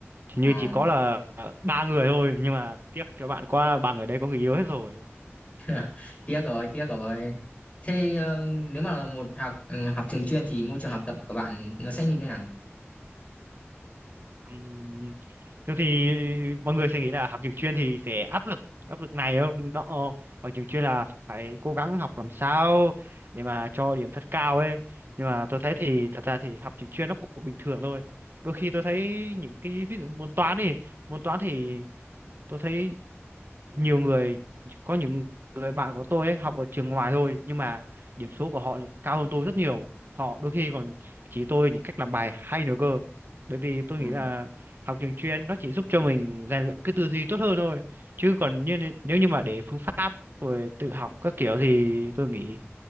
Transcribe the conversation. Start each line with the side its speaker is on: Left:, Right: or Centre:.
Right: Thì
Left: Ờ.
Right: như chỉ có là à, ba người thôi, nhưng mà tiếc cho bạn qua ba người đấy có người yêu hết rồi.
Left: <laughs> Tiếc rồi, tiếc rồi. Thế ờ, nếu mà là một học ừ, học trường chuyên thì môi trường học tập của bạn nó sẽ như thế nào?
Right: Ừm, thường thì mọi người sẽ nghĩ là học trường chuyên thì sẽ áp lực áp lực này không nó ở trường chuyên là phải cố gắng học làm sao để mà cho điểm thật cao ấy nhưng mà tôi thấy thì thật ra thì học trường chuyên nó cũng bình thường thôi đôi khi tôi thấy những cái ví dụ môn toán đi môn toán thì tôi thấy nhiều người có những người bạn của tôi ấy học ở trường ngoài thôi nhưng mà điểm số của họ lại cao hơn tôi rất nhiều họ đôi khi còn chỉ tôi những cách làm bài hay nữa cơ bởi vì tôi
Left: Ờ.
Right: nghĩ là học trường chuyên nó chỉ giúp cho mình rèn luyện cái tư duy tốt hơn thôi chứ còn như nếu như mà để phương pháp rồi tự học các kiểu thì tôi nghĩ